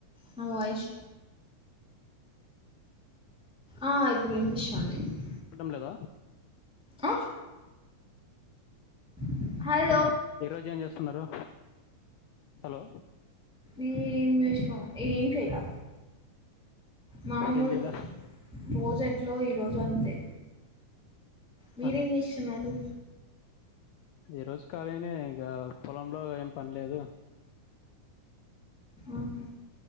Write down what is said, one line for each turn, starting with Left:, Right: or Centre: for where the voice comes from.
Centre: నా వాయిస్ అ ఇప్పుడు వినిపి <unintelligible>
Left: చూడం లేద
Centre: అ హ
Left: అ ఈరోజు ఏం చేస్తున్నారు హలో
Centre: ఏం చేసవ్ ఏం చేయలా మామూల్
Left: ఏం చేయలే
Centre: రోజ్ ఎట్లో ఈ రోజు అంతే మీరేం
Left: ఆహా.
Centre: చేస్తున్నారు
Left: ఈ రోజు కాలీనే ఇగ పొలంలో ఏం పనిలేదు
Centre: ఆహా